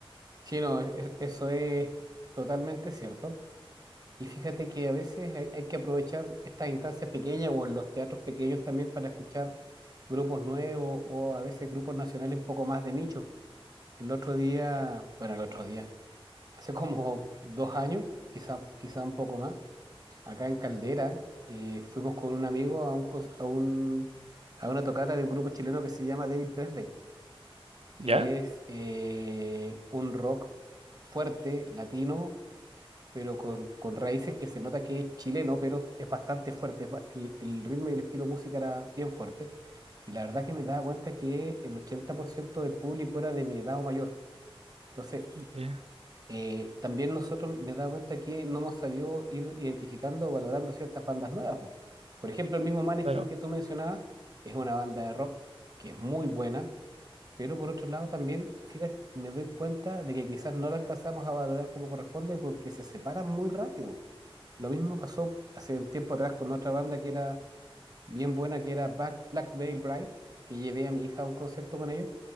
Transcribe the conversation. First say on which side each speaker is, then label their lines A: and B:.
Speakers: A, on the right; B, on the right.
A: Sí, no, es- es- eso es totalmente cierto. Y fíjate que a veces hay, hay que aprovechar estas instancias pequeñas o en los teatros pequeños también para escuchar grupos nuevos o a veces grupos nacionales un poco más de nicho. El otro día, bueno, el otro día, hace como <laughs> dos años, quizá, quizá un poco más, acá en Caldera, eh, fuimos con un amigo a, un, cos- a, un- a una tocata de un grupo chileno que se llama Devil Presley, que
B: ¿Ya?
A: es eh, un rock fuerte, latino, pero con, con raíces que se nota que es chileno, pero es bastante fuerte. es ba- El, el ritmo y el estilo de música era bien fuerte. Y la verdad que me daba cuenta que el 80% del público era de mi edad o mayor. Entonces,
B: Ya,
A: eh, también nosotros me he dado cuenta que no hemos sabido ir identificando o valorando ciertas bandas nuevas. po. Por ejemplo, el mismo Maneskin
B: claro.
A: que tú mencionabas es una banda de rock que es muy buena, pero por otro lado también, fíjate, me doy cuenta de que quizás no la alcanzamos a valorar como corresponde porque se separan muy rápido. Lo mismo pasó hace un tiempo atrás con otra banda que era bien buena, que era Black, Black Veil Bride, que llevé a mi hija a un concierto con ellos,